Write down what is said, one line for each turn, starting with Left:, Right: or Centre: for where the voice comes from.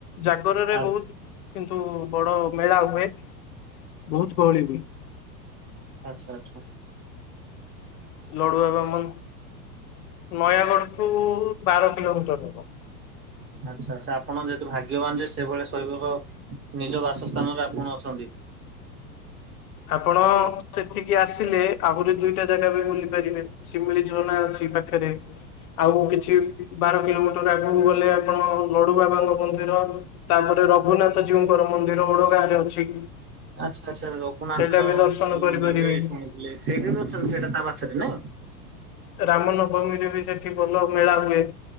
Left: ଜା ଏବେ
Right: ଆ
Left: ବହୁତ କିନ୍ତୁ ବଡ ମେଳା ହୁଏ ବହୁତ ଗହଳି ହୁଏ।
Right: ଆଚ୍ଛା ଆଛା।
Left: ଲଡୁବାବା ମ ନୟାଗଡ଼ଠୁ ବାର କିଲୋମିଟର ହବ।
Right: ଆଚ୍ଛା ଆଛା ଆପଣ ଯେହେତୁ ଭାଗ୍ୟବାନ ଯେ ସେଭଳି ଶୈବ ନିଜ ବାସସ୍ଥାନ ରେ ଆପଣ ଅଛନ୍ତି।
Left: ଆପଣ ସେଠିକି ଆସିଲେ ଆହୁରି ଦିଇଟା ଜାଗା ବି ବୁଲି ପାରିବେ? ଶିମିଳି ଝରନା ଅଛି ପାଖରେ ଆଉ କିଛି ବାର କିଲୋମିଟର ଆଗକୁ ଗଲେ ଆପଣ ନଡୁ ବାବାଙ୍କ ମନ୍ଦିର ତାପରେ ରଘୁନାଥ ଜୀଉଙ୍କର ମନ୍ଦିର ଓଡ ଗାଁ ରେ ଅଛି
Right: ଆଚ୍ଛା ଆଚ୍ଛା ରଘୁନାଥ
Left: ସେଇଟା ବି ଦର୍ଶନ
Right: ଜଉ
Left: କରିପାରିବେ
Right: ମନ୍ଦିର ବି ଶୁଣିୁଥିଲେ ସେଇଠି ବି ଅଛନ୍ତି ସେଇଟା ତା ପାଖରେ ନାଇଁ
Left: ରାମ ନବମୀ ରେ ବି ସେଠି ଭଲ ମେଳା ହୁଏ